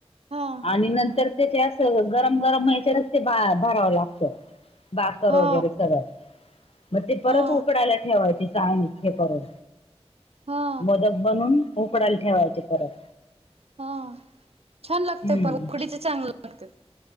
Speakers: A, on the right (about 65°); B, on the left (about 65°).
A: हा
B: आणि नंतर तेचे अस गरम गरम याच्यातच ते भरावं लागतं. बाकर
A: हा
B: वगैरे सगळं, म ते परत
A: हा
B: उकडायला ठेवायचं ते चाळणीत हे करून,
A: हा
B: मोदक बनून उकडायला ठेवायचे परत.
A: हा, छान लागतय
B: हम्म
A: पण उकडीच चांगलं लागते.